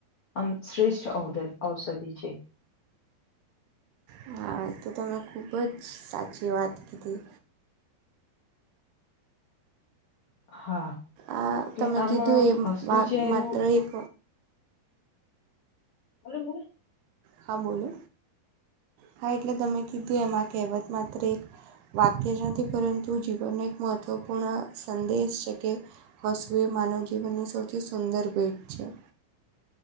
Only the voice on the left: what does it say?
આમ શ્રેષ્ઠ ઔધ ઔષધિ છે
હા એટલે
આમ
હસ્તુ
ચેહરું
બોલો બું